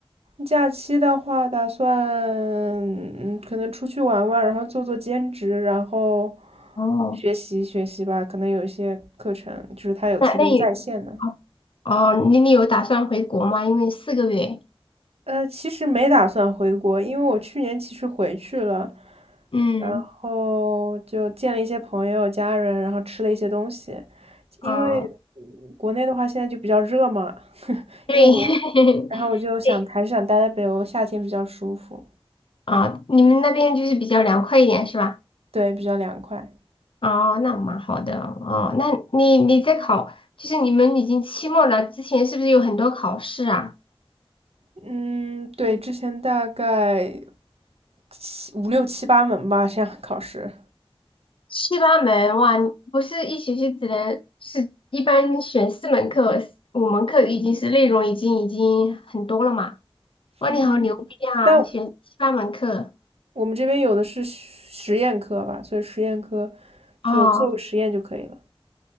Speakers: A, on the right; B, on the left.
A: 假期的话，打算嗯，可能出去玩玩，然后做做兼职，然后
B: 哦，
A: 学习学习吧。可能有一些课程，就是他有提供在线的。
B: 那那你哦哦，你你有打算回国吗？因为四个月，
A: 呃，其实没打算回国，因为我去年其实回去了，
B: 嗯。
A: 然后就见了一些朋友、家人，然后吃了一些东西。
B: 哦，
A: 因为嗯国内的话现在就比较热嘛，
B: 对，
A: 因为我，
B: <laughs>
A: 然后我就想还是想待在北欧，
B: 对，
A: 夏天比较舒服，
B: 啊，你们那边就是比较凉快一点是吧？
A: 对，比较凉快。
B: 哦，那蛮好的。哦，
A: 嗯。
B: 那你你在考，就是你们已经期末了，之前是不是有很多考试啊？
A: 嗯，对，之前大概七五六七八门吧，这样考试。
B: 七八门哇，你不是一学期只能是一般选四门课，五门课已经是内容已经已经很多了嘛？哇，
A: 嗯，
B: 你好牛逼啊，
A: 但
B: 选七八门课。
A: 我们这边有的是实验课吧，所以实验课
B: 哦
A: 就做个实验就可以了。